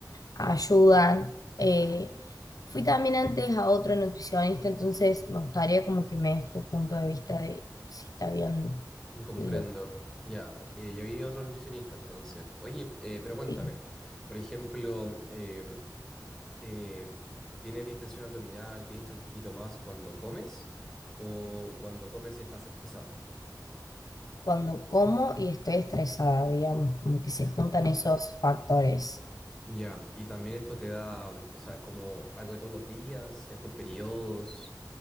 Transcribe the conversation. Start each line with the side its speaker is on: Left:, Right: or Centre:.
Left: ayudan. Eh, fui también antes a otro nutricionista, entonces me gustaría como que me des tu punto de vista de si está bien
Centre: Comprendo.
Left: lo que...
Centre: Ya, eh, yo vi otro nutricionista entonces. Oye, eh, pero cuéntame,
Left: sí,
Centre: por ejemplo, em, eh, ¿tienes distensión abdominal? ¿Te hincha un poquito más cuando comes? ¿O cuando comes y estás estresada?
Left: Cuando como y estoy estresada, digamos, como que se juntan esos factores.
Centre: Ya, y también esto te da, o sea, es como algo de todos los días, es por periodos.